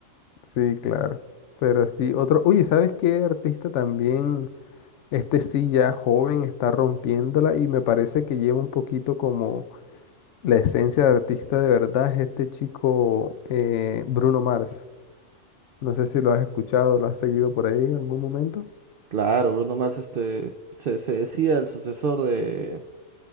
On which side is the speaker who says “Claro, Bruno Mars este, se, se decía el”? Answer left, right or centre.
Right